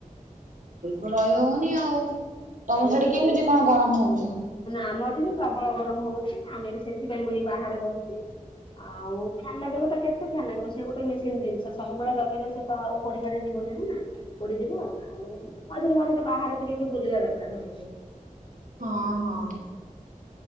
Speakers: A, on the right; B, on the left.
A: ବିଲ୍ କୁଲ୍ ରହି ହେଉନି ଆଉ। ତମ
B: ନାଇଁ
A: ସେଠି
B: ସେ
A: କେମିତି କଣ ଗରମ ହଉଛି?
B: ଆମ ଏଠି ବି ପ୍ରବଳ ଗରମ ହଉଛି। ଆମେ ବି ସେଥିପାଇଁ ମୁଇ ବାହାରେ ବସିଛି। ଆଉ ଫେନ ଲଗେଇବ ତ କେତେ ଲଗେଇବ ସେ ଗୋଟେ ମେସିନ୍ ଜିନିଷ ସବୁବେଳେ ଲଗେଇଲେ ସେ କଣ ଆଉ ପୋଡ଼ି ପାଡ଼ି ଯିବ। ପୋଡିଯିବ ଆଉ ମଝିରେ ମଝିରେ ବାହାରେ ଟିକେ ଟିକ ବୁଲିବା ଦରକାର ହଉଛି।
A: ହଁ ହଁ।